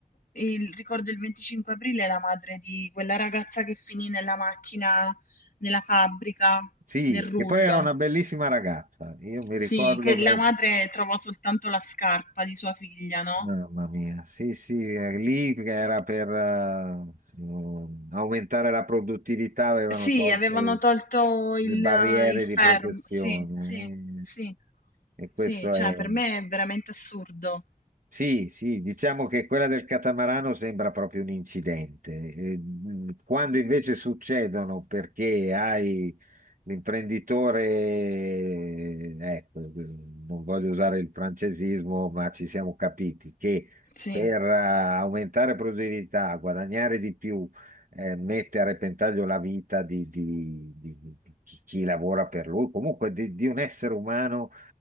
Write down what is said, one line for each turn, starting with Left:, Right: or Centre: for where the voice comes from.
Left: il- ricordo il 25 aprile la madre di quella ragazza che finì nella macchina, nella fabbrica,
Right: Sì,
Left: nel rullo.
Right: che poi era una bellissima ragazza, io mi
Left: Sì,
Right: ricordo
Left: che la
Right: che...
Left: madre trovò soltanto la scarpa di sua figlia, no?
Right: Mamma mia, sì, sì, eh, lì era
Left: Eh,
Right: per eh, ehm, aumentare la produttività, avevano
Left: Sì,
Right: tolto
Left: avevano tolto il,
Right: le barriere
Left: il fermo.
Right: di protezione
Left: Sì, sì, sì,
Right: eh, e questo
Left: sì, cioè
Right: è.
Left: per me è veramente assurdo.
Right: Sì, sì, diciamo che quella del catamarano sembra proprio un incidente. Eh, mh, Quando invece succedono perché hai l'imprenditore, ecco, eh, non voglio usare il francesismo, ma ci siamo capiti che
Left: Sì.
Right: per eh, aumentare produttività, guadagnare di più, eh, mette a repentaglio la vita di, di- di- di chi chi lavora per lui, comunque di di un essere umano